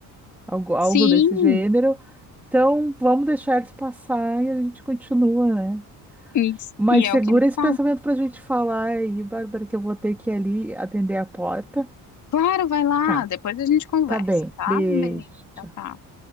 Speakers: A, in the centre; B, on the left.
A: Algo, algo
B: Sim,
A: desse gênero. Então, vamos deixar eles passar e a gente continua, né?
B: e,
A: Mas
B: e
A: segura
B: é o que ele
A: esse
B: fala.
A: pensamento para a gente falar aí, Bárbara, que eu vou ter que ir ali atender a porta.
B: Claro, vai lá,
A: Tá,
B: depois a gente conversa,
A: tá bem.
B: tá?
A: Beijo.
B: Um beijo,
A: tchau.
B: tchau, tchau.